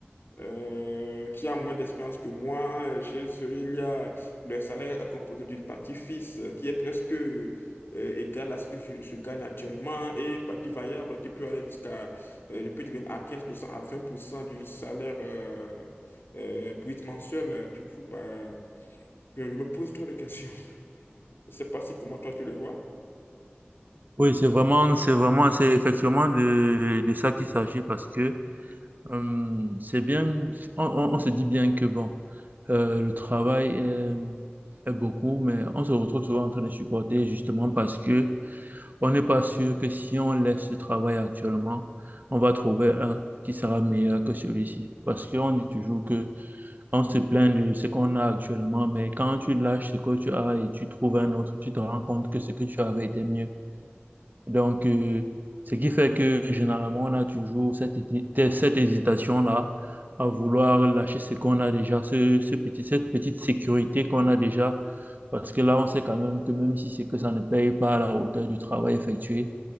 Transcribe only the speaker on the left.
euh, qui a moins d'expérience que moi. Euh, Chez eux, il y a le salaire est composé d'une partie fixe euh, qui est presque euh, égale à ce que je, je gagne actuellement et une partie variable qui peut aller jusqu'à, euh, je peux dire, même à 15% à 20% du salaire euh, euh, brut mensuel. Du coup, bah, je, je me pose trop de questions. <laughs> Je ne sais pas si comment toi tu le vois.